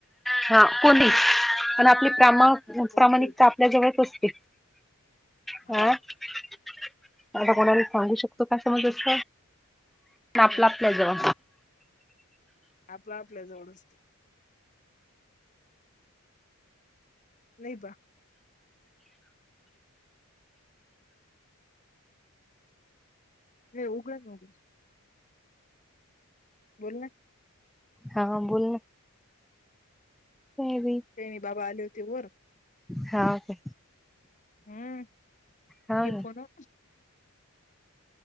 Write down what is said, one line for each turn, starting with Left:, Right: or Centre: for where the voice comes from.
Centre: हा कोणी पण आपली प्रामा
Left: कोणतंही
Centre: प्रामाणिकता
Left: काम
Centre: आपल्या जवळच असते. हा
Left: हो
Centre: आता
Left: हो
Centre: कोणाला सांगू शकतो का समजस? आपला
Left: नाही
Centre: आपल्या जव.
Left: आपलं आपल्याजवळ असते. नाही बा. ह उगड न उगळ. बोल ना.
Centre: हा बोल ना. तेवी
Left: तेणी बाबा आले होते वर
Centre: हा हो
Left: हम्
Centre: हाव
Left: हे
Centre: ना.
Left: फोन